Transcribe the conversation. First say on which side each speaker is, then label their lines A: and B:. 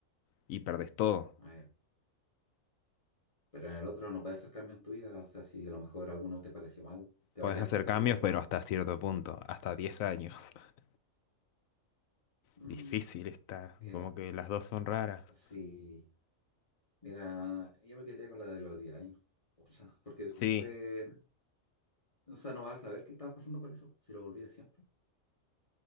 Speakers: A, on the left (about 80°); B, on the left (about 25°).
A: y perdés todo.
B: a ver, pero en el otro no puedes hacer cambio en tu vida, o sea, si a lo mejor alguno te pareció mal, te
A: Podés
B: va a quedar
A: hacer
B: con eso
A: cambios,
B: para siempre.
A: pero hasta cierto punto, hasta 10 años. <laughs>
B: Mm,
A: Difícil está,
B: mira,
A: como que las dos son raras.
B: sí, mira, yo me quedé con la de los 10 años, o sea, porque después,
A: Sí,
B: o sea, no vas a saber qué estás pasando por eso, si lo olvidas siempre,